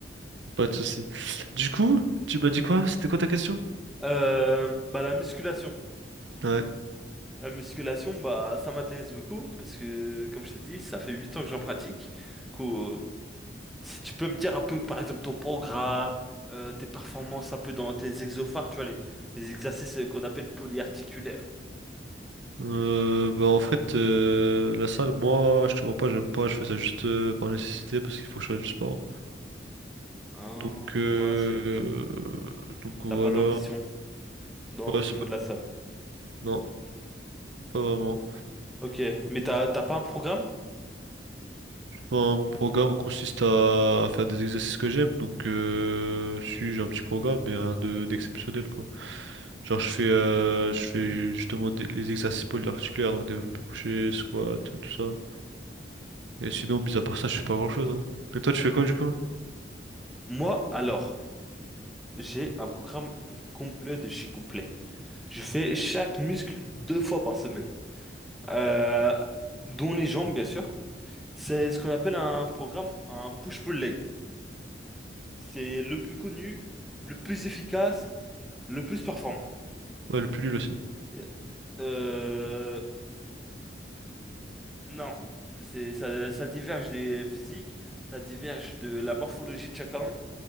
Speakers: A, on the right; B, in the centre.
A: pas de souci. Du coup, tu m'as dit quoi? C'était quoi ta question?
B: Euh, bah, la musculation.
A: Ouais.
B: La musculation, bah, ça m'intéresse beaucoup parce que, comme je t'ai dit, ça fait 8 ans que j'en pratique. Du coup, euh, si tu peux me dire un peu, par exemple, ton programme, euh, tes performances un peu dans tes exophares, tu vois, les, les exercices euh, qu'on appelle polyarticulaires.
A: Euh, bah en fait, euh, la salle, moi, je te mens pas, j'aime pas, je fais ça juste euh, par nécessité, parce qu'il faut que je fasse du sport.
B: Ah,
A: Donc, euh,
B: ouais, c'est.
A: donc voilà.
B: T'as pas d'ambition. Non,
A: Ouais,
B: au
A: c'est
B: niveau
A: pas-
B: de la salle.
A: Non, pas vraiment.
B: Ok, mais t'as t'as pas un programme?
A: Enfin, mon programme consiste à à faire des exercices que j'aime, donc euh, si j'ai un petit programme, mais rien de d'exceptionnel quoi. Genre je fais, euh, je fais
B: Mhm.
A: justement des- les exercices polyarticulaires, donc développé couché, squat, tout ça. Et sinon, mis à part ça, je fais pas grand-chose. Hein. Et toi, tu fais quoi du coup?
B: Moi, alors, j'ai un programme complet de chez complet. Je fais chaque muscle deux fois par semaine, Euh, dont les jambes, bien sûr. C'est ce qu'on appelle un programme, un push-pull leg. C'est le plus connu, le plus efficace, le plus performant.
A: Ouais, le plus nul aussi.
B: Yeah. Euh, non, c'est ça, ça diverge des physiques, ça diverge de la morphologie de chacun.